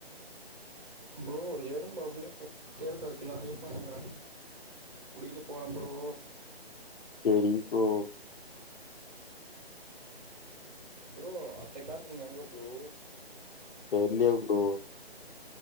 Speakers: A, on the right; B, on the left.
A: ப்ரோ ஒரு எறும்பு அப்படியே தெரு கட பின்னாடியே போயங்கறே புடிக்க போற ப்ரோ
B: சரி ப்ரோ
A: ப்ரோ அத்தை கட்டு நீங்க எங்க ப்ரோ
B: தெற்லையே ப்ரோ